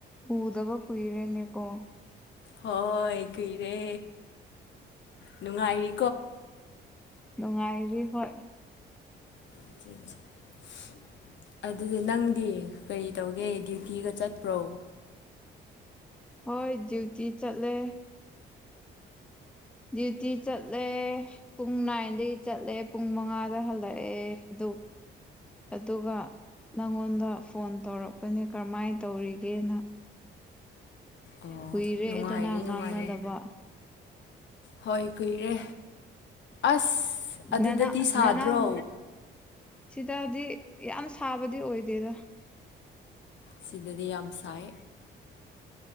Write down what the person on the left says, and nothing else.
ꯍꯣꯏ ꯀꯨꯏꯔꯦ ꯅꯨꯡꯉꯥꯏꯔꯤ
<inaudible> ꯑꯗꯨ ꯑꯗꯨ ꯅꯪꯗꯤ ꯀꯔꯤ ꯇꯧꯒꯦ ꯐꯤꯒ ꯆꯠꯄ꯭ꯔꯣ
ꯑꯣ
ꯅꯨꯡꯉꯥꯏꯔꯤ
ꯅꯨꯡꯉꯥꯏꯔꯤ ꯍꯣꯏ ꯀꯨꯏꯔꯦ ꯑꯁ ꯑꯗꯨꯗꯗꯤ
ꯁꯥꯗ꯭ꯔꯣ
ꯁꯤꯗꯗꯤ ꯌꯥꯝꯁꯥꯏ